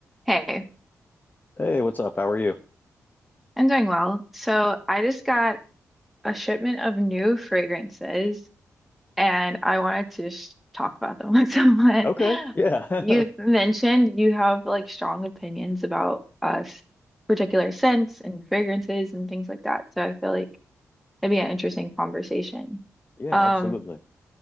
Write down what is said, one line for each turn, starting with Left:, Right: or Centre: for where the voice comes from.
Centre: Hey,
Left: Hey, what's up? How are you?
Centre: I'm doing well. So I just got a shipment of new fragrances and I wanted to just talk about them with <laughs> someone.
Left: Okay. Yeah.
Centre: You've
Left: <laughs>
Centre: mentioned you have like strong opinions about us particular scents and fragrances and things like that. So I feel like it'd be an interesting conversation.
Left: Yeah,
Centre: Um,
Left: absolutely.